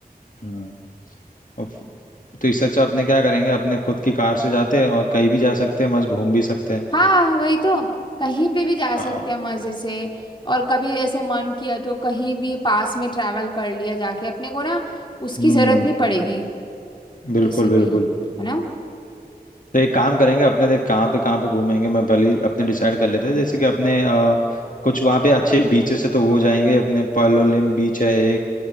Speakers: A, on the left; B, on the left.
A: हम्म और फ- तो इससे अच्छा अपने क्या करेंगे अपने खुद की कार से जाते हैं और कहीं भी जा सकते हैं मस्त घूम भी सकते हैं
B: हाँ वही तो कहीं पे भी जा
A: हाँ,
B: सकते हैं मजे से और कभी ऐसे मन किया तो कहीं भी पास में ट्रैवल कर लिया जाके अपने को ना उसकी
A: हम्म
B: जरूरत नहीं पड़ेगी
A: बिल्कुल
B: किसी
A: बिल्कुल
B: भी है ना
A: तो एक काम करेंगे अपने देख कहाँ पे कहाँ पे घूमेंगे मैं पहले ही अपने डिसाइड कर लेते हैं जैसे कि अपने अ, कुछ वहाँ पे अच्छे बीचेस है तो वो जाएंगे अपने पालोलिम बीच है एक